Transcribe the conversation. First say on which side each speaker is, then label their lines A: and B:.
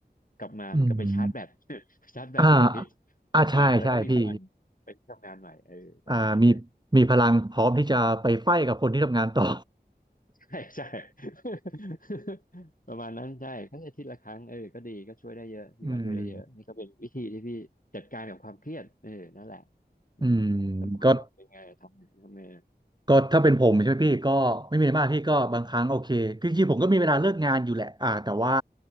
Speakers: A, on the left (about 50°); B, on the right (about 25°).
A: กลับมามันก็ไปชาร์จแบต
B: อืม
A: <laughs> ชาร์จแบตทุกอาทิตย์
B: อ่าอ่าใช่ใช่พี่
A: อ่าแล้วก็มีพลังไปที่ทำงานใหม่เออประมาณนั้นเลย
B: อ่ามีมีพลังพร้อมที่จะไปไฟท์กับคนที่ทำงานต่อ
A: ใช่ใช่ <laughs> ประมาณนั้นใช่ทั้งอาทิตย์ละครั้งเออก็ดีก็ช่วยได้เยอะพี่ว่าช่วยได้เยอะนี่ก็เป็นวิธีที่พี่จัดการกับความเครียดเออนั่นแหละ
B: <laughs> อืม
A: อืมแล้วบอลอะเป็นไงทำไงทำไงอะ
B: อืมก็ ก็ถ้าเป็นผมใช่ไหมพี่ก็ไม่มีอะไรมากพี่ก็บางครั้งโอเคคือจริงๆผมก็มีเวลาเลิกงานอยู่แหละอ่าแต่ว่า